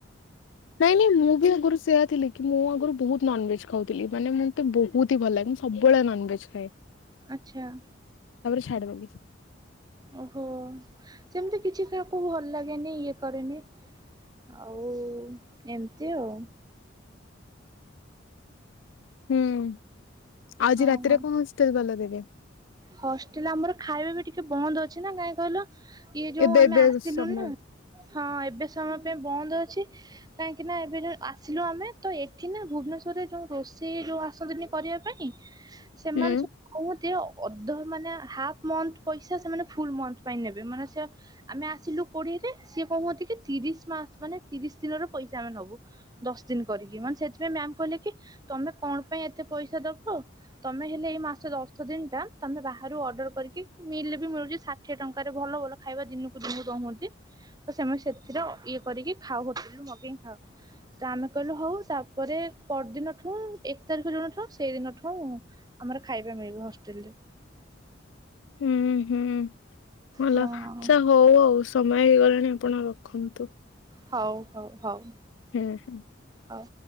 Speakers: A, on the left; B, on the right.
A: ନାଇଁ ନାଇଁ ମୁଁ ବି ଆଗରୁ ସେୟା ଥିଲି କି ମୁଁ ଆଗରୁ ବହୁତ ନନଭେଜ ଖାଉଥିଲି ମାନେ ମୋତେ ବହୁତ ହି ଭଲ ଲାଗେ। ସବୁବେଳେ ନନଭେଜ। ଖାଏ
B: ଆଚ୍ଛା।
A: ଛାଡ଼ିଦେଲି।
B: ଓହୋ ସେମିତି କିଛି କାହାକୁ ଭଲ ଲାଗେନି ଇଏ କରେନି। ଆଉ ଏମତି ଆଉ।
A: ହୁଁ ଆଉ ଆଜି
B: ହଁ।
A: ରାତିରେ କଣ ହଷ୍ଟେଲ ବାଲା ଦେବେ?
B: ହଷ୍ଟେଲ ଆମର ଖାଇବା ବି ଟିକେ ବନ୍ଦ ଅଛି ନା କାଇଁ କହିଲ। ଇଏ ଯୋଉ
A: ଏବେ
B: ଆମେ
A: ଏବେ
B: ଆସିଲୁନୁ।
A: ସମୟ
B: ହଁ ଏବେ ସମୟ ପାଇଁ ବନ୍ଦ ଅଛି କାହିଁକି ନା ଏବେ ଯୋଉଁ ଆସିଲୁ ଆମେ ତ ଏଠି ନା ଭୁବନେଶ୍ୱ ରରେ ଯୋଉଁ ରୋଷେଇ ଯୋଉ ଆସନ୍ତିନି କରିବା ପାଇଁ ସେମାନେ
A: ହୁଁ
B: ସବୁ କହନ୍ତି ଅ ଅଧ ମାନେ ହାଫ ମନ୍ଥ ପଇସା ସେମାନେ ଫୁଲ ମନ୍ଥ ପାଇଁ ନେବେ ମାନେ ସେ ଆମେ ଆସିଲୁ ପୁଣି। ସିଏ କହୁଛନ୍ତି କି ତିରିଶ ମାସ ମାନେ ତିରିଶ ଦିନର ପଇସା ଆମେ ନବୁ ଦଶ ଦିନ କରିକି ମାନେ ମ୍ୟାମ କହିଲେ କି ତମେ କଣ ପାଇଁ ଏତେ ପଇସା ଦବ ତମେ ହେଲେ ଏଇ ମାସ ଦଶ ଦିନ ଟା। ତମେ ବାହାରୁ ଅର୍ଡର କରିକି ମିଲ ବି ମିଳୁଛି ଷାଠିଏ ଟଙ୍କାରେ ଭଲ ଭଲ ଖାଇବା ଦିନକୁ ଦିନକୁ ଦଉଛନ୍ତି। ତ ସେମା ସେଥିରେ ଅ ଇଏ କରିକି ଖାଉ ହୋଟେଲୁ ମଗେଇ ଖାଉ। ତ ଆମେ କହିଲୁ ହଉ ତାପରେ ପରଦିନଠୁ ଏକ ତାରିଖ ଯୋଉ ଦିନଠୁ ସେଇଦିନଠୁ। ଆମର ଖାଇବା ମିଳିବ ହଷ୍ଟେଲ ରେ।
A: ହୁଁ ହୁଁ ଭଲ
B: ହଁ
A: ଆଚ୍ଛା
B: ହଁ
A: ହଉ ଆଉ ସମୟ ହେଇଗଲାଣି ଆପଣ ର ରଖନ୍ତୁ।
B: ହଉ ହଉ ହଉ।
A: ହୁଁ ହୁଁ।
B: ହଉ।